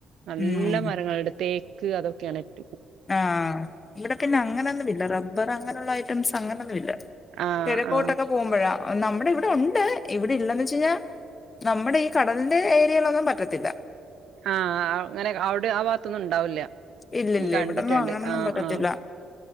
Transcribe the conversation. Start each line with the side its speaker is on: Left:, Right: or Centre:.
Right: നല്ല
Left: ഉം
Right: മരങ്ങളുണ്ട് തേ ക്ക് അതൊക്കെയാണെറ്റ
Left: ആഹ് ഇവിടെ പിന്നെ അങ്ങനൊന്നും ഇല്ല, റബ്ബർ അങ്ങനുള്ള ഐറ്റംസ് അങ്ങനൊന്നും, ഇല്ല
Right: ആ
Left: കെഴക്കോട്ടൊക്ക
Right: ആ
Left: പോവുമ്പഴാ നമ്മുടെ ഇവിടെ ഒണ്ട്, ഇവിടെ ഇല്ലന്ന് വെച്ച് കഴിഞ്ഞാ നമ്മുടെ ഈ കടലിന്റെ ഏരിയേലൊന്നും പറ്റത്തില്ല.
Right: ആഹ് അ അങ്ങനെ, അവിടെ ആ ഭാഗത്തൊന്നും ഉണ്ടാവില്ല.
Left: ഇല്ലില്ല
Right: ഉം കണ്ടിട്ടുണ്ട്
Left: ഇവിടൊന്നും അങ്ങനൊന്നും
Right: ആഹ്
Left: പറ്റത്തില്ലാ
Right: ആഹ്